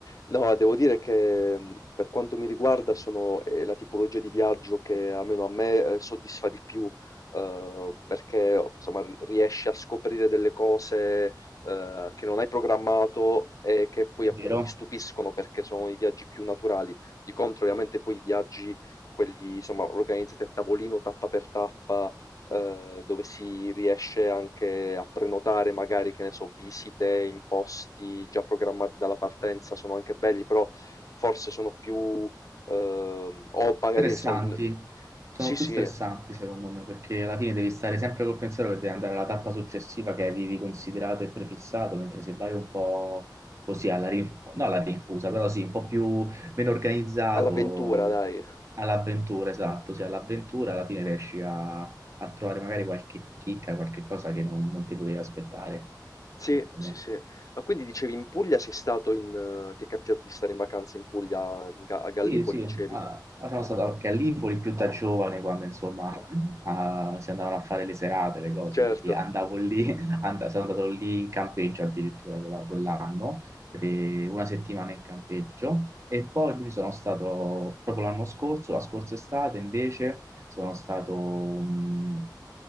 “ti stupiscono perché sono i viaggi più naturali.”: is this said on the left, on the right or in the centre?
Left